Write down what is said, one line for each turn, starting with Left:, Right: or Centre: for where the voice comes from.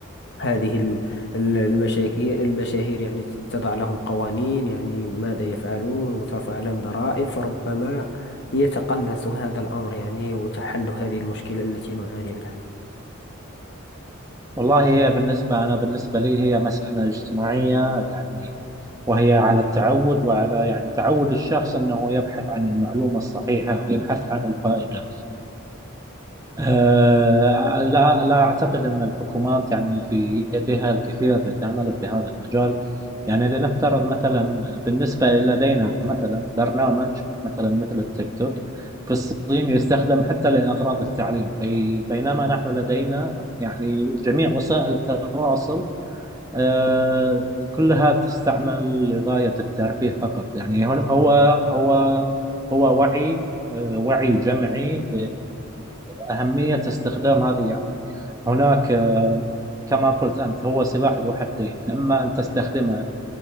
Left: هذه ال- ال- المشاكي المشاهير يعني تضع لهم قوانين يعني ماذا يفعلون وترفع عليهم ضرائب فربما يتقلص هذا الأمر يعني وتحل هذه المشكلة التي نعاني منها
Right: والله هي بالنسبة أنا بالنسبة لي هي مسألة اجتماعية يعني وهي على التعود وعلى يعني تعود الشخص أنه يبحث عن المعلومة الصحيحة ويبحث عن الفائدة آه، لا لا أعتقد أن الحكومات يعني في يدها الكثير لتعمل في هذا المجال يعني لنفترض مثلا بالنسبة لدينا مثلا برنامج مثلا مثل التيك توك في الصين يستخدم حتى لأغراض التعليم بي- بينما نحن لدينا يعني جميع وسائل التواصل آه، كلها تستعمل لغاية الترفيه فقط يعني هو هو هو هو وعي آه، وعي جمعي بأهمية استخدام هذه يعني هناك آه، كما قلت أنت هو سلاح ذو حدين إما أن تستخدمه